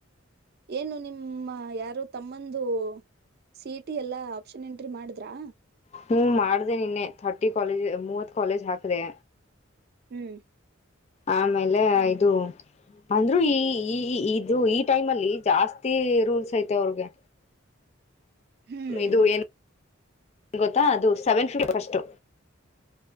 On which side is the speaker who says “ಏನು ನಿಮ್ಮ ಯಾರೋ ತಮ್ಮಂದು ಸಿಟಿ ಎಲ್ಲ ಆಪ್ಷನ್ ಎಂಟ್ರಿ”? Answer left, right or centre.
Right